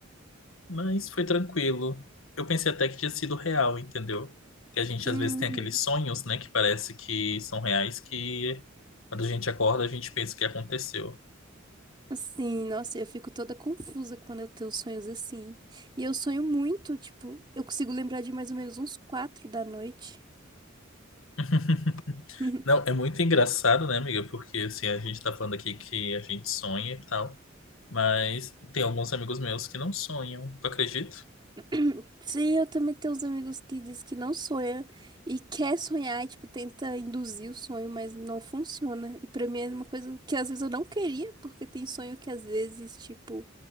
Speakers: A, on the left; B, on the right.
A: mas foi tranquilo. Eu pensei até que tinha sido real, entendeu? Que a gente
B: Uhum.
A: às vezes tem aqueles sonhos, né, que parece que são reais, que quando a gente acorda a gente pensa que aconteceu.
B: Sim, nossa, eu fico toda confusa quando eu tenho sonhos assim. E eu sonho muito, tipo, eu consigo lembrar de mais ou menos uns quatro da noite.
A: <laughs>
B: <coughs>
A: Não, é muito engraçado, né, amiga? Porque assim, a gente tá falando aqui que a gente sonha e tal. Mas tem alguns amigos meus que não sonham, tu acredita?
B: <clears throat> Sim, eu também tenho uns amigos que diz que não sonha e quer sonhar, e, tipo, tenta induzir o sonho, mas não funciona. E pra mim é uma coisa que às vezes eu não queria, porque tem sonho que às vezes, tipo,